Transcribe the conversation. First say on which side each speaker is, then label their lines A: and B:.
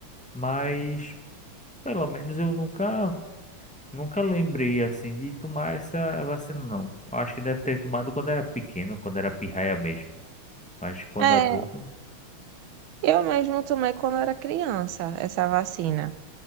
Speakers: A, in the centre; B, on the right.
A: mas pelo menos eu nunca nunca lembrei assim de tomar essa vacina não. Acho que deve ter tomado quando era pequeno, quando era pirraia mesmo, mas quando
B: É,
A: adulto,
B: eu mesmo tomei quando eu era criança essa vacina.